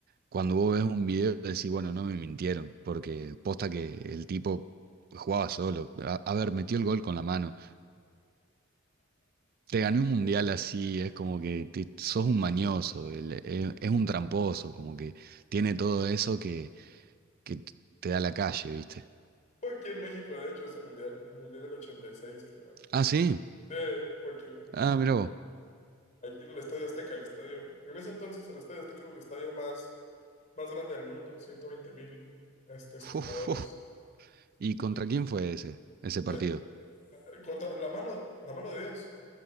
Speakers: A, on the right; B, on the left.
A: cuando vos ves un video decís, bueno, no me mintieron, porque posta que el tipo jugaba solo. a a ver, metió el gol con la mano. Te gané un mundial así, es como que te- sos un mañoso, el- es, es un tramposo, como que tiene todo eso que, que t- te da la calle, ¿viste?
B: Fue aquí en México, de hecho, ese mundial, el mundial del 86 que levantó la
A: Ah,
B: gente.
A: sí,
B: Sí, fue aquí en México.
A: ah, mirá vos.
B: Allí en el Estadio Azteca, el estadio. En ese entonces, el Estadio Azteca era el estadio más, más grande del mundo, 120 mil este, espectadores.
A: Uf, uf. ¿Y contra quién fue ese, ese partido?
B: El, contra, la mano, la mano de Dios